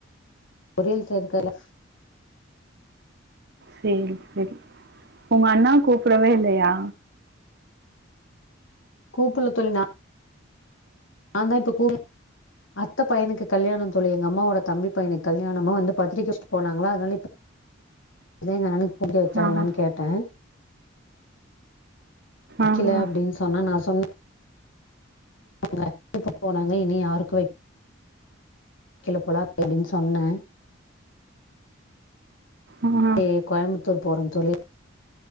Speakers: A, on the left (about 70°); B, on the right (about 55°).
A: பொறியல் சேர்க்கல
B: சேரி சேரி உங்க அண்ணா கூப்டவே இல்லையா
A: கூப்புடல தோழி நா நான் தான் இப்போ கும் அத்த பையனுக்கு கல்யாணோ தோழி எங்க அம்மோட தம்பி பையனுக்கு கல்யாணமா வந்து பத்திரிக்கை வச்சிட்டு போனாங்களா அதனால இப்ப அதான் எங்க அண்ணனுக்கு போய் வச்சாங்களான்னு
B: ஆஹா,
A: கேட்டேன் வெக்கல
B: ஆஹா,
A: அப்டின்னு சொன்னா நான் சொன்னே உங்க <inaudible> போனாங்க இனி யாருக்கோய் கில பொலா அப்டின்னு சொன்னே
B: ஆஹா.
A: இ கோயம்புத்தூர் போறே தொழி